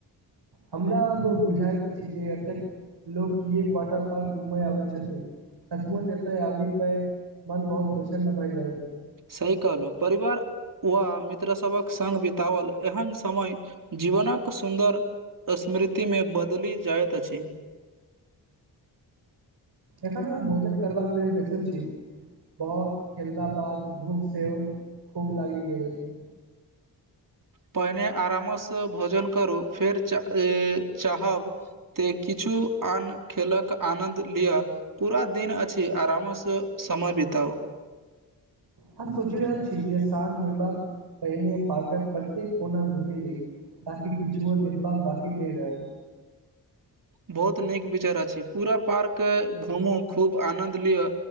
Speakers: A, on the right; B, on the right.
A: हमरा आब बुझाइत अछि जे एतेक लोक कियाक वाटर पार्क घूमए अबैत छथि। सचमुच, एतेक आबि मन बहुत प्रसन्न भऽ जाइत अछि।
B: सही कहलहुँ, परिवार व मित्र सभक। संग बिताओल एहन समय जीवनक सुन्दर स्मृतिमे बदलि जाइत अछि।
A: एखन हम भोजन करबाक लेल बैसल छी। बहुत खेललाक बाद भूख सेहो खूब लागि गेल अछि।
B: पहिने आरामसँ भोजन करू, फेर चाहब। तऽ किछु आन खेलक आनन्द लिअ। पूरा दिन अछि, आरामसँ समय बिताउ।
A: हम सोचि रहल छी जे साँझ होइबा। पहिने पार्कक प्रत्येक कोना घूम ली ताकि किछुओ देखबाक बाकी नैय रहल
B: बहुत नीक विचार अछि पूरा पार्क घूमू खूब आनद लिअ